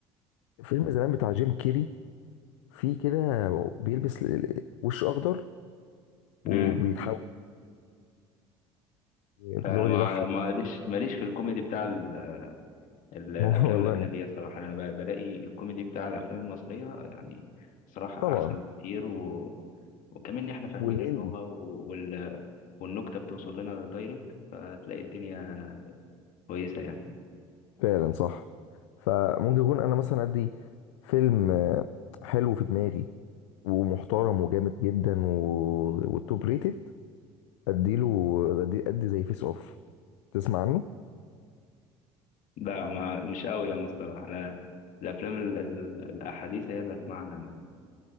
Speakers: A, on the left (about 70°); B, on the left (about 55°).
A: الفيلم زمان بتاع جيم كيري في كده بيلبس ال- ال- وش اخضر وبيتحول
B: امم
A: بيقعد
B: لا أنا مع-
A: يضحك
B: معلش ماليش في الكوميدي بتاع ال... ال... الأفلام
A: <laughs> والله
B: الأجنبية
A: انا
B: صراحة أنا ب... بلاقي الكوميدي بتاع الأفلام المصرية يعني صراحة
A: طبعا
B: أحسن بكتير و... وكمان إن إحنا فاهمين
A: والهندي
B: اللغة و... وال... والنكتة بتوصل لنا دايركت فتلاقي الدنيا كويسة يعني
A: فعلا صح فممكن يكون انا مثلا عندي فيلم آه، حلو في دماغي ومحترم وجامد جدا و... والتوب ريتد اديله ادي ادي زي فيس اوف تسمع عنه
B: لا ما مش قوي يعني الصراحة أنا الأفلام ال- ال- الأحاديث هي اللي أسمعنا يعني